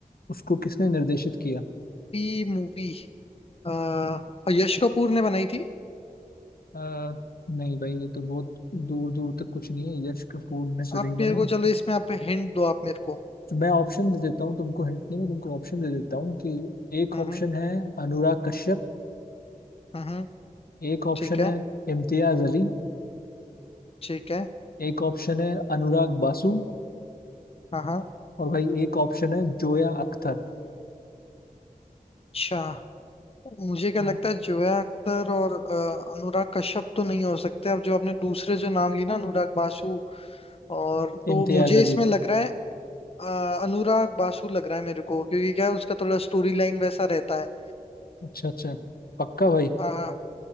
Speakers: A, on the left (about 80°); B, on the left (about 40°).
A: उसको किसने निर्देशित किया
B: बर्फी मूवी अ, यश कपूर ने बनाई थी
A: अ, नहीं भाई ये तो बहुत दूर दूर तक कुछ नहीं है यश कपूर ने तो
B: आप
A: नहीं बनाई
B: मेरे को चलो इसमें आप हिंट दो आप मेरे को
A: तो मैं ऑप्शन दे देता हूँ तुमको हिंट नहीं मैं तुमको ऑप्शन दे देता हूँ कि एक
B: हम्म
A: ऑप्शन है अनुराग कश्यप
B: हम्म हम्म,
A: एक ऑप्शन
B: ठीक है
A: है इम्तियाज अली
B: ठीक है
A: एक ऑप्शन है अनुराग बासु
B: हाँ हाँ
A: और भाई एक ऑप्शन है जोया अख्तर
B: अच्छा मुझे
A: हाँ,
B: क्या लगता है जोया अख्तर और अ, अनुराग कश्यप तो नहीं हो सकते अब जो आपने दूसरे जो नाम ली ना अनुराग बासु और तो
A: इम्तियाज
B: मुझे
A: अली
B: इसमें लग रहा है अ, अनुराग बासु लग रहा है मेरे को क्योंकि क्या है उसका थोड़ा स्टोरी लाइन वैसा रहता है
A: अच्छा अच्छा पक्का भाई
B: अ,